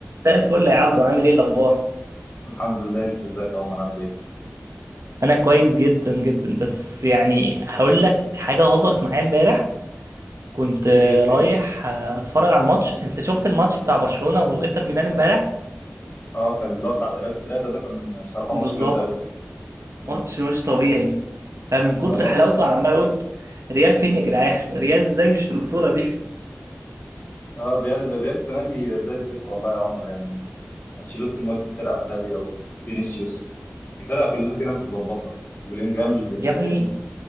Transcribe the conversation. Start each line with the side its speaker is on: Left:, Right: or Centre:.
Right: زي الفل يا عبدو عامل ايه الاخبار
Left: الحمد لله انت ازيك يا عمر عامل ايه؟
Right: انا كويس جدا جدا بس يعني هقول لك حاجه حصلت معايا امبارح كنت
Left: خير في
Right: رايح
Left: ايه؟
Right: اتفرج على الماتش انت شفت الماتش بتاع برشلونه وانتر ميلان امبارح
Left: اه كان اللي هو بتاع 3 3 ده كان بصراحه
Right: بالظبط
Left: ماتش جامد قوي يعني امم
Right: ماتش مش طبيعي فمن كتر
Left: اه
Right: حلاوته عمال اقول ريال فين يا جدعان <laughs> ريال ازاي مش في البطوله دي
Left: الريال الريال السنه دي زي الزفت والله يا عمر يعني انشيلوتي مودي الفرقه في داهيه وفينيسيوس الفرقه كلها كده مش مظبطه وبلينجهام مش بلينجهام
Right: يا ابني